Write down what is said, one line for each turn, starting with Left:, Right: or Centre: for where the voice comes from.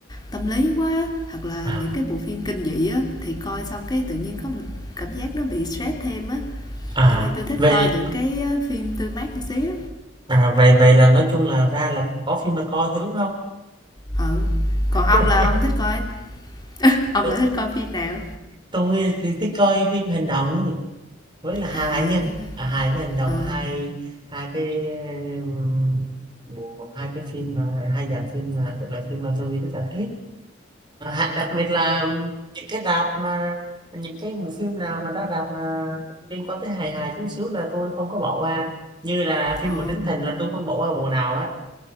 Left: tâm lý quá hoặc là
Right: À,
Left: những cái bộ phim kinh dị á thì coi xong cái tự nhiên có mình cảm giác nó bị stress thêm á
Right: à,
Left: cho nên tôi thích
Right: vậy
Left: coi những cái ờ, phim tươi mát một xíu
Right: à, vậy vậy là nói chung là ra là có phim là coi thôi đúng không?
Left: ừ còn ông
Right: <laughs>
Left: là ông thích coi ông
Right: Tôi
Left: là thích coi phim nào
Right: tôi nghĩ thì thích coi phim hành động với là hài
Left: à
Right: nha. À, hài với hành động
Left: ờ
Right: là hai hai cái ừm, bộ hai cái phim mà hai dàn phim là loại phim mà tôi rất là thích. hạn đặc biệt là những cái rạp mà những cái bộ phim nào mà đã rạp mà liên quan tới hài hài chút xíu là tôi không có bỏ qua như là phim
Left: ờ
Right: của Trấn Thành là tôi không bỏ qua bộ nào á